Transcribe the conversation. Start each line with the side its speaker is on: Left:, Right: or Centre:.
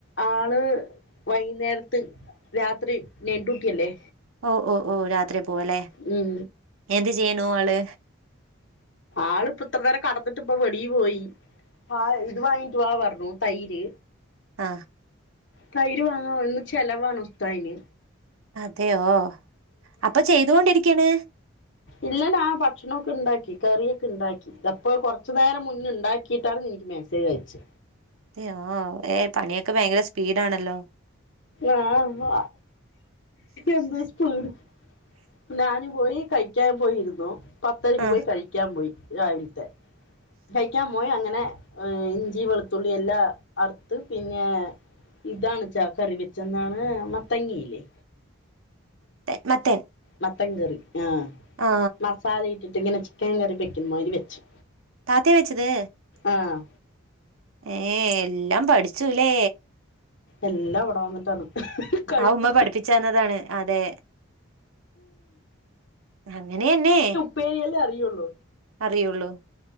Left: ആള് വൈന്നേരത്ത് രാത്രി നൈറ്റ് ഡ്യൂട്ടിയല്ലേ
Right: ഓ ഓ ഓ രാത്രി പോവാല്ലെ
Left: ഉം
Right: എന്ത് ചെയ്യണു ആള്
Left: ആളിപ്പ ഇത്ര നേരം കടന്നിട്ടിപ്പ വെളീ പോയി <unintelligible> തൈര്
Right: ആ
Left: തൈര് വാങ്ങാ ഇന്ന് ചെലവാണ് ഉസ്താദ്ന്
Right: അതെയോ അപ്പൊ ചെയ്തുകൊണ്ടിരിക്കാണ്
Left: ഇല്ല ഞാൻ ഭക്ഷണൊക്കെണ്ടാക്കി കറിയൊക്കെണ്ടാക്കി ഇതപ്പോ കുറച്ചു നേരം മുന്നെ ണ്ടാക്കിയിട്ടാണ് നിനിക്ക് മെസ്സേജയച്ചെ
Right: ഏഹ് ഓ ഏഹ് പണിയൊക്കെ ഭയങ്കര സ്പീഡാണല്ലോ
Left: ആഹ് എന്ത് സ്പീഡ് ഞാന് പോയി കഴിക്കാൻ പോയിരുന്നു പത്തരക്ക്
Right: ആ
Left: പോയി കഴിക്കാൻ പോയി രാവിലത്തെ കഴിക്കാൻ പോയി അങ്ങനെ ഇഞ്ചി വെളുത്തുള്ളി എല്ലാ അറുത്ത് പിന്നെ ഇതാണ് ച കറി വെച്ചെ എന്നാണ് മത്തങ്ങയില്ലേ
Right: മത്തൻ
Left: മത്തൻ കറി ആഹ്
Right: ആ
Left: മസാല ഇട്ടിട്ട് ഇങ്ങനെ ചിക്കൻ കറി വെക്കുമ്മാതിരി വെച്ചു
Right: താത്തേ വെച്ചത്
Left: ആഹ്
Right: ഏഹ് എല്ലാം പഠിച്ചുല്ലേ
Left: എല്ലാം ഇവിടെ വന്നിട്ടാണ് കഴിവ്
Right: ആഹ് ഉമ്മ പഠിപ്പിച്ചന്നതാണ് അതെ അങ്ങനെയന്നെ
Left: ഉപേരിയല്ലേ അറിയൊള്ളൂ
Right: അറിയുള്ളൂ